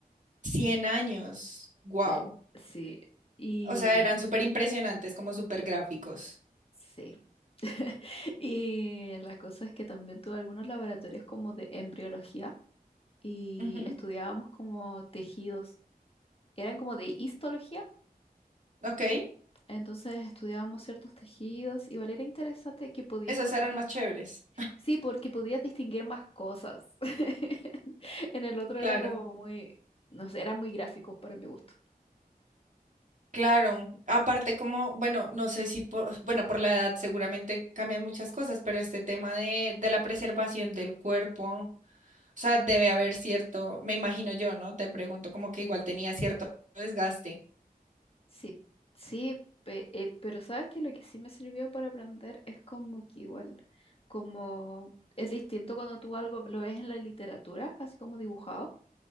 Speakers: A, on the right; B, on the left.
A: 100 años. Wow.
B: sí. sí. Y
A: O sea, eran súper impresionantes, como súper gráficos.
B: sí. <laughs> Y la cosa es que también tuve algunos laboratorios como de embriología y
A: Ujú.
B: estudiábamos como tejidos. Eran como de histología,
A: Ok,
B: Entonces estudiábamos ciertos tejidos, igual era interesante que podías
A: esas
B: como...
A: eran
B: dis-
A: más chéveres.
B: Sí, porque podías distinguir más cosas. <laughs> En el otro
A: Claro,
B: era como muy... No sé, era muy gráfico para mi gusto.
A: claro. Aparte, como, bueno, no sé si por, bueno, por la edad seguramente cambian muchas cosas, pero este tema de, de la preservación del cuerpo, o sea, debe haber cierto, me imagino yo, ¿no? Te pregunto, como que igual tenía cierto desgaste.
B: Sí, sí, pe- eh, pero sabes que lo que sí me sirvió para aprender es como que igual, como... Es distinto cuando tú algo lo ves en la literatura, así como dibujado,